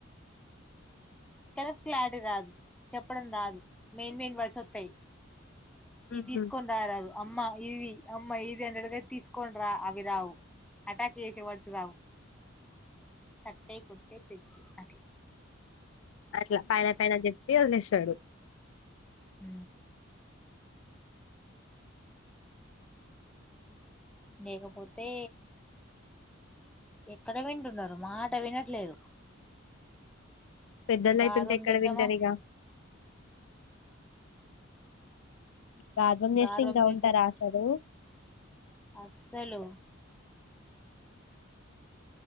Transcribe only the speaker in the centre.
కనుక క్లారిటీ రాదు చెప్పడం రాదు మెయిన్ మెయిన్ వడిస వస్తాయి
ఈ తీస్కంటారదు అమ్మ ఇవి అమ్మ ఇది అండ్రడ్గా తీసుకోం రా అవి రావు అటాచ్ చేసే వర్డ్స్ రావు కట్టే కుట్టే తెచ్చి అట్లా
అ లేకపోతే ఎక్కడే వింటున్నారు మా ఆట వినట్లేరు
దార్వం
చేద్దామా
గార్వం
చేద్దామా
అస్సలు